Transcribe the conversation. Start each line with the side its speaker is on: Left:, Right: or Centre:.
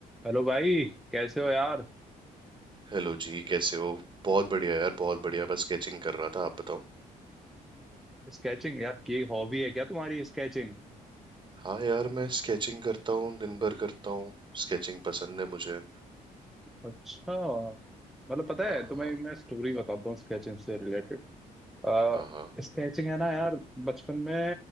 Centre: हेलो भाई कैसे हो यार
Right: Hello ji कैसे हो बहुत बढ़िया यार बहुत बढ़िया बस स्केचिंग कर रहा था आप बताओ
Centre: स्केचिंग यार की हॉबी है क्या तुम्हारी स्केचिंग
Right: हाँ यार मैं स्केचिंग करता हूँ दिन भर करता हूँ स्केचिंग पसंद है मुझे
Centre: अच्छा मतलब पता
Right: हाँ
Centre: है तुम्हें मैं स्टोरी बताता हूँ स्केचिंग से रिलेटेड आ,
Right: हाँ हाँ
Centre: स्केचिंग है ना यार बचपन में